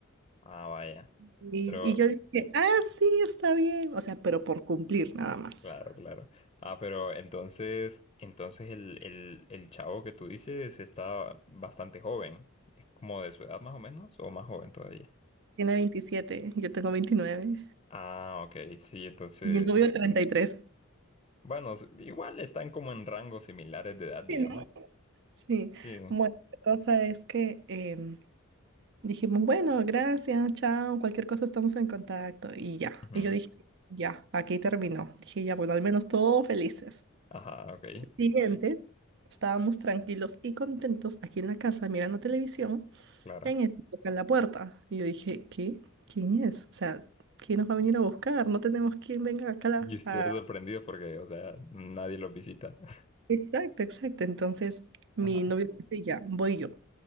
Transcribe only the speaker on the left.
Ah, vaya.
Pero,
Claro, claro. Ah, pero entonces, entonces el, el, el chavo que tú dices está bastante joven. ¿Es como de su edad más o menos? ¿O más joven todavía?
Ah, ok, sí, entonces,
bueno, s- igual están como en rangos similares de edad, digamos.
Sí.
Ujú.
Ajá, ok,
claro.
Y ustedes
sorprendidos porque, o sea, nadie los visita. <laughs>
Ajá.